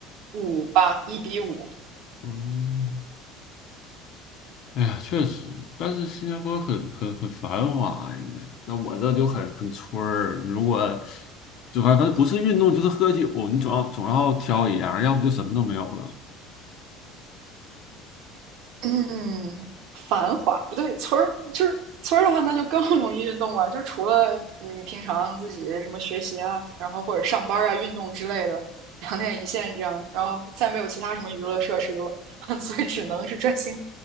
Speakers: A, on the right; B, on the left.
A: 五吧，一比五。
B: 嗯，哎呀，确实，但是新加坡很很很繁华呀，那我这就很很村儿。如果就反正反正不是运动就是喝酒，你总要总要挑一样，要不就什么都没有了。
A: 嗯，繁华不对，村儿就是村儿的话，那就更容易运动了。就除了你平常自己什么学习啊，然后或者上班啊、运动之类的，两点一线这样，然后再没有其他什么娱乐设施了，<laughs> 所以只能是专心。